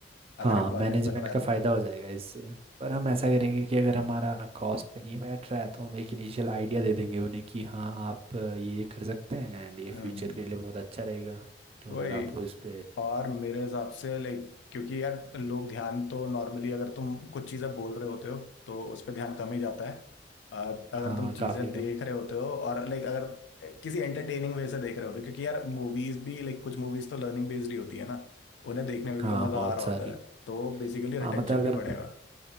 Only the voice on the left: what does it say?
अगर
एम्प्लॉयमेंट
मिल रहा
है
तो
हम्म
वही
और मेरे हिसाब से लाइक क्योंकि यार लोग ध्यान तो नॉर्मली अगर तुम कुछ चीज़ें बोल रहे होते हो तो उस पर ध्यान कम ही जाता है अ, अगर
तुम चीज़ें
देख रहे होते हो और लाइक अगर किसी एंटरटेनिंग वे से देख रहे होते हो क्योंकि यार मूवीज भी लाइक कुछ मूवीज तो लर्निंग बेस्ड ही होती है ना उन्हें देखने में
भी तो मज़ा
आ रहा
होता है तो बेसिकली रिटेंशन
भी
बढ़ेगा